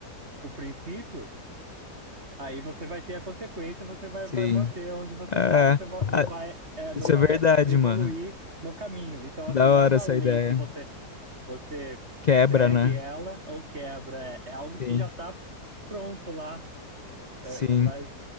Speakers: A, on the right; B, on the left.
A: o princípio, Aí você vai ter a consequência, você vai,
B: sim.
A: vai manter onde você
B: É,
A: tá, você va- não
B: ah,
A: vai, é,
B: isso
A: não vai
B: é verdade,
A: evoluir
B: mano.
A: no caminho. Então,
B: Da
A: assim, não é
B: hora
A: uma
B: essa
A: lei
B: ideia.
A: que você, você
B: Quebra,
A: segue
B: né?
A: ela ou quebra, é, é algo
B: Sim.
A: que já tá pronto lá,
B: Sim.
A: É, é, mas